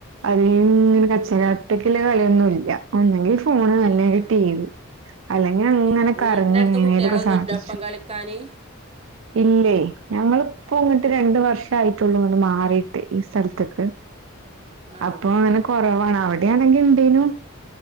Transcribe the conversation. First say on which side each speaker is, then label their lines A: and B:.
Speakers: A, on the right; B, on the right.
A: അത് ഇങ്ങനെ
B: ആഹ്
A: കച്ചറ ആയിട്ട് കളിയൊന്നും ഇല്ല ഒന്നെങ്കി ഫ് ഫോണ് അല്ലെങ്കി
B: ആഹ്
A: ടിവി അല്ലെങ്കി അങ്ങനെ
B: ആഹ് വീടിന്റെ
A: കരഞ്ഞിങ്ങനേലുംക്കെ
B: അടുത്ത് കുട്ടികളൊന്നുല്ല
A: സാധിച്ചു
B: ഒപ്പം കളിക്കാന്
A: ഇല്ലേ? ഞങ്ങള്പ്പോ ഇങ്ങട്ട് രണ്ട് വർഷായിട്ടൊള്ളൂ ഇങ്ങട്ട് മാറിട്ട് ഈ സ്ഥലത്ത്ക്ക്
B: ആണോ
A: അപ്പൊ അങ്ങനെ
B: ആഹ്
A: കൊറവാണ് അവിടെയാണെങ്കി ഇണ്ടേനു.